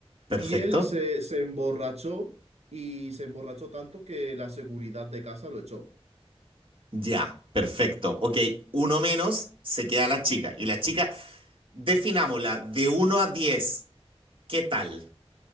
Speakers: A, on the right; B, on the right.
A: Perfecto.
B: Y él se, se emborrachó y se emborrachó tanto que la seguridad de casa lo echó.
A: Ya. Perfecto. Ok, uno menos, se queda la chica. Y la chica, definámosla, de uno a diez ¿qué tal?